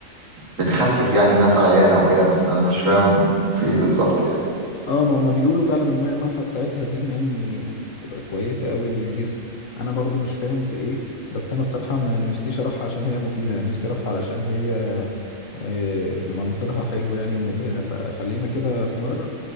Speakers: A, on the right; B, on the left.
A: بتخفف يعني ناس عيانة وكده بس انا مش فاهم في ايه بالظبط يعني
B: اه ما هما بيقولوا فعلا المية المالحة بتاعتها دي يعني بت- بتبقى كويسة قوي للجسم انا برضو مش فاهم في ايه بس انا الصراحة ما نفسيش اروحها عشان هي مفيدة انا نفسي اروحها علشان هي آه، منظرها حلو يعني ومبهرة فخلينا كده في مرة